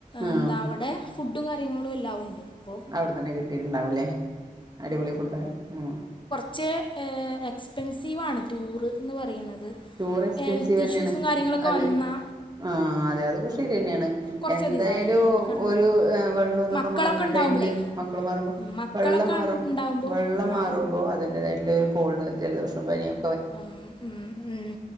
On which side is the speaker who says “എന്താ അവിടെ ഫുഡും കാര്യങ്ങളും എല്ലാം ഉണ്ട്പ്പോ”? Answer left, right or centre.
Left